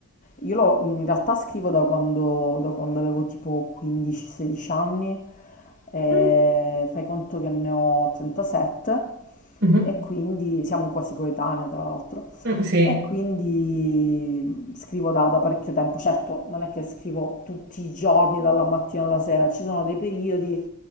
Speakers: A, on the left (about 35°); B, on the right (about 60°).
A: Io lo- in realtà scrivo da quando, da quando avevo tipo 15-16 anni, e
B: Mm,
A: fai conto che ne ho 37
B: mhm,
A: e quindi siamo quasi coetanee tra l'altro.
B: mm, sì.
A: E quindi scrivo da, da parecchio tempo, certo non è che scrivo tutti i giorni dalla mattina alla sera, ci sono dei periodi, un